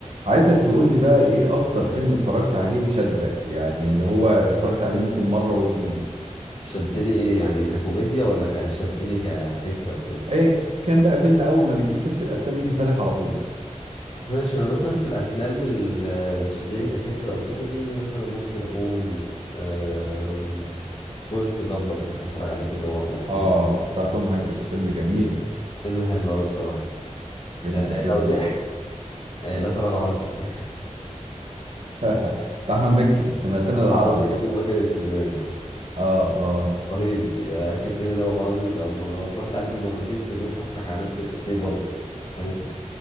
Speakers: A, on the right (about 60°); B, on the left (about 50°).
A: عايزك تقول لي بقى ايه اكتر فيلم اتفرجت عليه وشدك ويعني اللي هو اتفرجت عليه ممكن مرة واتنين
B: شدني ايه يعني ككوميديا ولا كشدني كفكرة وكده
A: ايا كان بقى فيلم اول ما بنجيب سيرة الافلام بيجي في بالك على طول
B: ماشي انا مثلا في الافلام اللي شدني كفكرة وكده في مثلا ممكن اقول آم، فورست جامب بحب اتفرج عليه كذا مرة يعني
A: اه
B: ممكن-
A: بتاع توم هانكس فيلم جميل
B: فيلم حلو قوي بصراحة
A: جدا
B: آه،
A: جدا
B: لو ضحك
A: بصراحة
B: آه، لا تراجع ولا استسلام <laughs>
A: <laughs> بتاع احمد مكي انت نقلت لنا العربي
B: احمد مكي
A: كده
B: وماجد الكدواني اه
A: اه اه
B: رهيب يا اخي الفيلم ده والله العظيم لو لو اتفرجت عليه ده مرتين في اليوم هضحك على نفس الافيه برضه فاهم